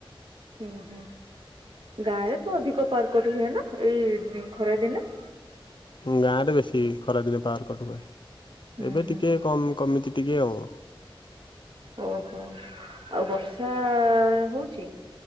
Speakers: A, on the right (about 65°); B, on the left (about 60°).
A: ହୁଁ ହୁଁ ଗାଁ ରେ ତ ଅଧିକ ପାରକଟ ହୁଏ ନା ଏଇ ଖରାଦିନେ।
B: ଗାଁ ରେ ବେଶୀ ଖରାଦିନେ ପାରକଟ ହୁଏ
A: ହୁଁ
B: ଏବେ
A: ହୁଁ
B: ଟିକେ କମ କମିଛି ଟିକେ ଆଉ।
A: ଓହୋ ଆଉ ବର୍ଷା ହଉଛି।